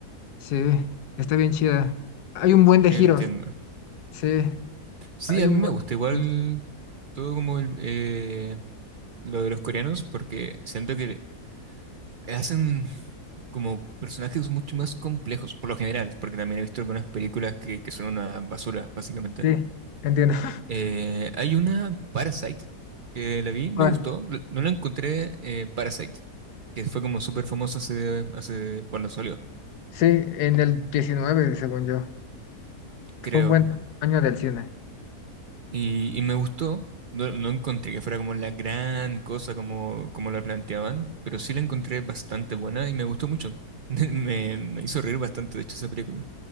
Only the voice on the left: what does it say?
Sí, está bien chida. Hay un buen de
giros. Sí,
hay
un
buen.
de giros.
Sí, entiendo. <laughs>
¿Cuál?
Sí, en el diecinueve según yo.
Fue un buen año del cine.